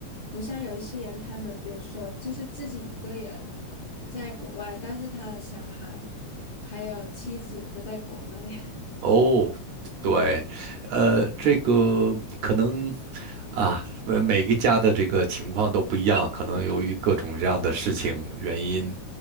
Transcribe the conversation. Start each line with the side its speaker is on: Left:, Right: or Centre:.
Left: 不像有一些人，他们比如说就是自己一个人在国外，但是他的小孩还有妻子都在国内，<laughs>
Right: 哦，
Left: 就
Right: 对，呃，这个可能啊，呃每个家的这个情况都不一样，可能由于各种这样的事情原因，